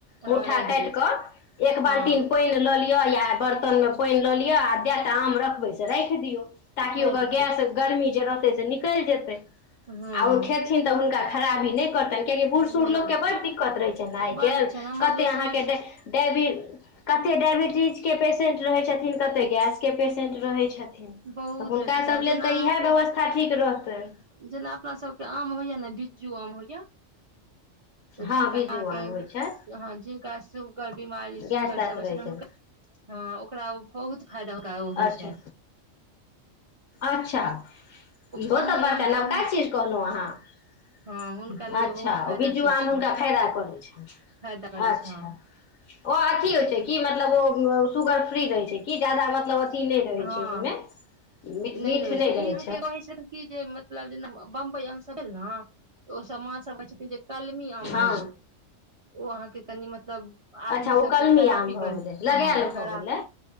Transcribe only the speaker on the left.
मुठा
काट
कऽ एक
बाल्टीन पाइन लऽ ले या बर्तन मे पाइन लऽ लिअ आ जेटा आम रखबै से राखि दियऔ ताकि
ओकर गैस गर्मी जे रहतै से निकलि जेतै
आ ओ खेथिन तऽ हुनका खराबी नहि करत कियकि बूढ़
सूढ़ ल लोकके
बड दिक्कत रहै छै ने आइ
काल
कते
अहाँके डाय डायबटिज कते डायबिटीज के पेशेंट रहैत छथिन कते गैसके पेशेंट रहैत छथिन न
तऽ हुनका
सब लेल
तऽ
इएह व्यवस्था ठीक रहतन
हँ
बीजू
आम होइ छै
गैस तैस
रहै
छै
अच्छा
अच्छा इहो
तऽ बड़का
नवका
चीज कहलहुँ अहाँ
अच्छा
ओ बीज्जु
आम
फैदा करै छ
अच्छा
अ अथी होइ छै की मतलब ओ शुगर फ्री रहै छै कि जा्यदा मतलब अथी नहि रहै
छै ओहिमे मीठ
मीठ
रहै
हँ
अच्छा ओ कलमी
आम भऽ
गेलै लगायल
भऽ गेलै